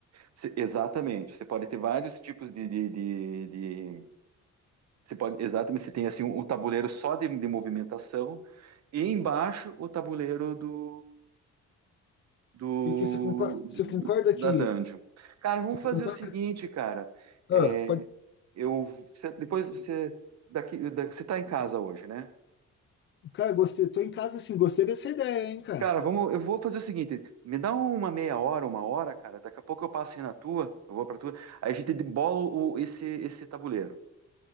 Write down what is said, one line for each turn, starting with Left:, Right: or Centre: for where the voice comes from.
Right: Cê- Exatamente. Você pode ter vários tipos de, de, de, Você pode, exatamente, você tem assim o tabuleiro só de, de movimentação e embaixo o tabuleiro do, do,
Left: Porque você concorda,
Right: do-
Left: você concorda
Right: da
Left: que.
Right: dungeon. Cara, vamos
Left: Você
Right: fazer
Left: concorda?
Right: o seguinte, cara.
Left: Ah,
Right: É,
Left: pode,
Right: eu você- depois você daqui, da- você tá em casa hoje, né?
Left: cara, gostei. Tô em casa assim, gostei dessa ideia, hein, cara?
Right: Cara, vamos, eu vou fazer o seguinte, me dá uma meia hora, uma hora, cara. Daqui a pouco eu passo aí na tua, eu vou pra tua. Aí a gente bola o, esse esse tabuleiro.